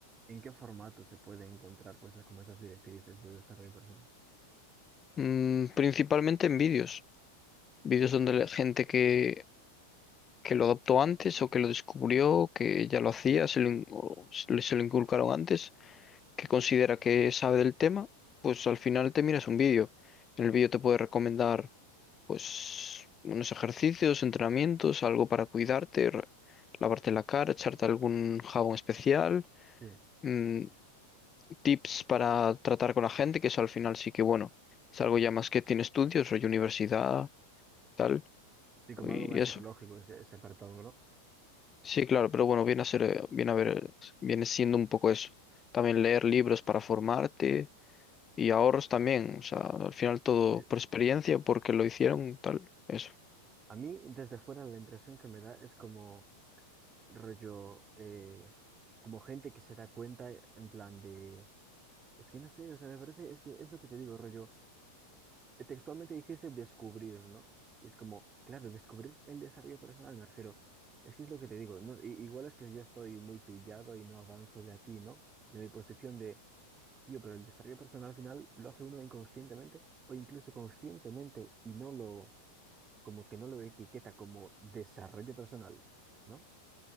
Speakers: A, on the right; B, on the left.
A: en qué formato se puede encontrar cosas como esas directrices de desarrollo personal?
B: Mm, principalmente en vídeos. Vídeos donde la gente que, que lo adoptó antes o que lo descubrió, que ya lo hacía, se lo, in- o se le- se lo inculcaron antes que considera que sabe del tema, pues al final te miras un vídeo. En el vídeo te puede recomendar pues unos ejercicios, entrenamientos, algo para cuidarte, re- lavarte la cara, echarte algún jabón especial,
A: Sí,
B: mm, tips para tratar con la gente, que eso al final sí que bueno, es algo ya más que tiene estudios, rollo universidad, tal,
A: sí, como
B: y
A: algo más
B: eso.
A: psicológico ese, ese apartado, ¿no?
B: Sí, claro, pero bueno, viene a ser, eh, viene a ver, viene siendo un poco eso. También leer libros para formarte y ahorros también, o sea, al final todo
A: Sí.
B: por experiencia, porque lo hicieron, tal, eso.
A: A mí, desde fuera, la impresión que me da es como rollo, eh, como gente que se da cuenta, en plan de Es que no sé, o sea, me parece, es que es lo que te digo, rollo. eh, Textualmente dijiste descubrir, ¿no? Y es como, claro, descubrir el desarrollo personal, me refiero. Es que es lo que te digo, ¿no? I- igual es que yo estoy muy pillado y no avanzo de aquí, ¿no? De mi posición de, tío, pero el desarrollo personal al final lo hace uno inconscientemente o incluso conscientemente y no lo, como que no lo etiqueta como desarrollo personal, ¿no?